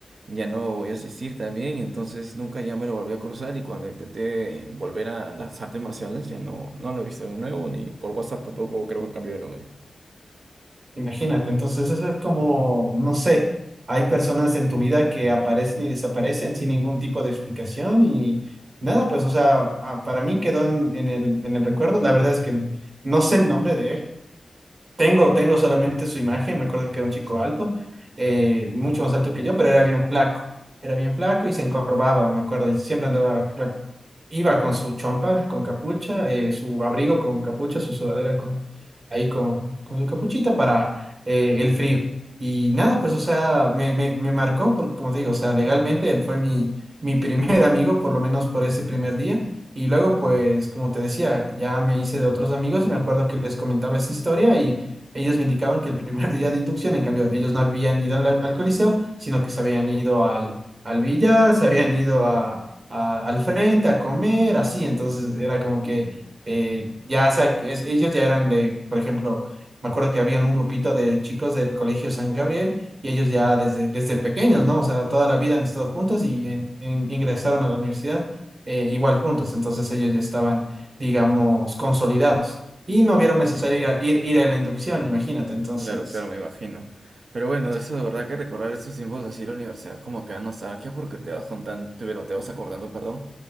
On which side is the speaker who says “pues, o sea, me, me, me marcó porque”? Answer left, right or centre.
Right